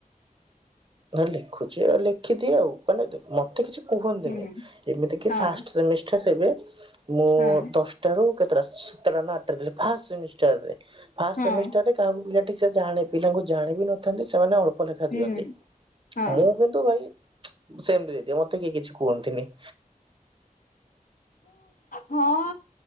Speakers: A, on the right; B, on the left.
A: ନା ଲେଖୁଛି ଲେଖିଦିଏ ଆଉ ମାନେ ମତେ କିଛି କୁହନ୍ତିନି
B: ହୁଁ
A: ଯେମିତି କି
B: ହଁ
A: ଫାଷ୍ଟ୍ ସେମି ଠାରେ ହେବେ ମୁଁ
B: ହଁ
A: ଦସ୍ ଟାରୁ କେତୋଟା ସାତଟା କି ଆଠଟା ଥିଲା ଫାର୍ଷ୍ଟ ସେମିଷ୍ଟାରରେ? ଫାର୍ଷ୍ଟ
B: ହଁ
A: ସେମିଷ୍ଟାରରେ କାହାକୁ ପିଲା ଠିକ୍ ସେ ଜାଣି ପିଲାଙ୍କୁ ଜାଣ ବିି ନଥାନ୍ତି ସେମାନେ ଅଳ୍ପ ଲେଖା
B: ହୁଁ
A: ଦିଅନ୍ତି।
B: ହଁ।
A: ମୁଁ କିନ୍ତୁ ଭାଇ ସେମତି ଦେଇଦିଏ ମତେ କେହି କିଛି କୁହନ୍ତିନି।
B: ହଁ